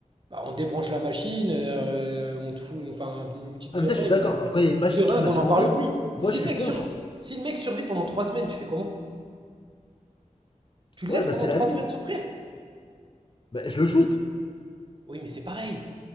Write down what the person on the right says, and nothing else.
bah, on débranche la machine, euh, on te fout enfin une petite
seringue,
et on-
seringue,
on n'en parle
plus.
Mais si
le mec
sur- si le mec survit pendant trois semaines, tu fais comment? Tu le
laisses
pendant
trois
semaines souffrir?
Oui, mais c'est pareil.